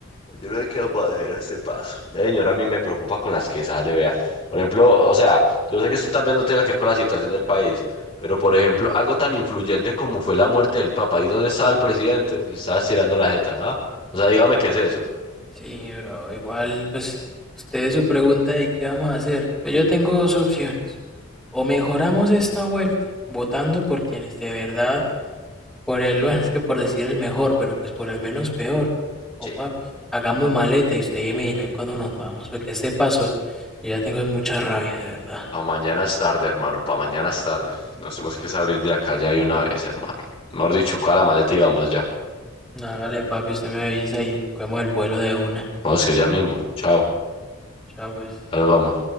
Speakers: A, on the left (about 30°); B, in the centre.
A: Yo no he quedado para hacer este paso. La señora a mí me preocupa con las que sale, vea. Por ejemplo, o sea, yo sé que esto tal vez no tenga que ver con la situación del país, pero por ejemplo, algo tan influyente como fue la muerte del Papa. ¿Y dónde está el presidente? Se está estirando la jeta, ¿ah? O sea, dígame qué es eso.
B: Sí, bro, igual, pues, ustedes su pregunta de qué vamos a hacer. Pues yo tengo dos opciones. O mejoramos esta vuelta, votando por quienes de verdad Por el, bueno, es que por decir el mejor, pero pues por el menos peor. o
A: Sí.
B: papi, hagamos maleta y usted ya me dirá cuándo nos vamos, porque a este paso yo ya tengo mucha rabia, de verdad.
A: Pa' mañana es tarde, hermano. Pa' mañana es tarde. Nos tenemos que salir de acá ya de una vez, hermano. Mejor dicho, coja
B: No,
A: la maleta y vamos ya.
B: no, hágale, papi, usted me avisa y cogemos el vuelo de una.
A: Vamos que ya mismo. Chao.
B: Chao, pues.
A: Ahora vamos.